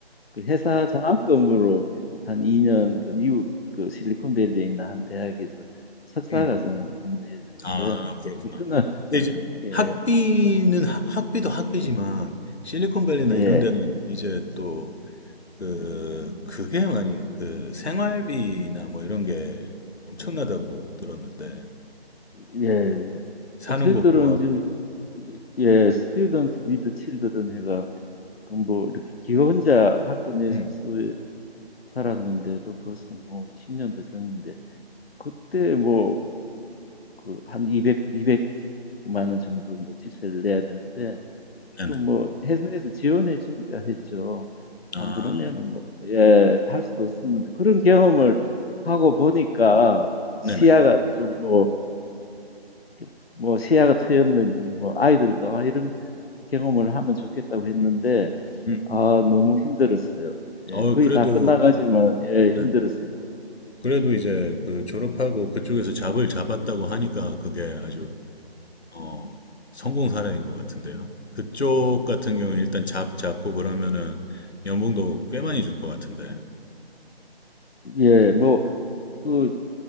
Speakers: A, on the left; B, on the left.
A: 그 회사 장학금으로 한 2년 그 미국 그 실리콘밸리에 있는 한 대학에서 석사
B: 음.
A: 과정을 공대에서 했어요.
B: 아, 그렇구나.
A: 그래서 저는
B: 근데 이제
A: 예,
B: 학비는 하- 학비도 학비지만 실리콘밸리나
A: 예,
B: 이런 데는 이제 또 그, 그게 많이 그 생활비나 뭐 이런 게 엄청나다고 들었는데
A: 예, 예.
B: 사는
A: 어, 저희들은
B: 거 구하고.
A: 이제 예, 스튜던트 위드 칠드런 해가 그뭐 이렇게 기 혼자 학교 내
B: 음,
A: 숙소에 살았는데도 벌써 뭐 20년도 전인데 그때 뭐 그 한 200, 200만 원 정도 뭐 집세를 내야 되는데
B: 네네.
A: 그뭐 회사에서 지원해 주니까 했죠.
B: 아,
A: 안 그러면은 뭐, 예, 할 수도 없었는데 그런 경험을 하고 보니까 시야가
B: 네네.
A: 좀 뭐, 이렇게 뭐 시야가 트였는지 뭐 아이들도 아, 이런 경험을 하면 좋겠다고 했는데
B: 음, 음.
A: 아, 너무 힘들었어요. 예,
B: 어,
A: 거의
B: 그래도
A: 다 끝나가지만 예,
B: 네.
A: 힘들었습니다.
B: 그래도 이제 그 졸업하고 그쪽에서 잡을 잡았다고 하니까 그게 아주 어, 성공 사례인 것 같은데요. 그쪽 같은 경우에 일단 잡 잡고 그러면은 연봉도 꽤 많이 줄 것 같은데.
A: 예, 뭐 그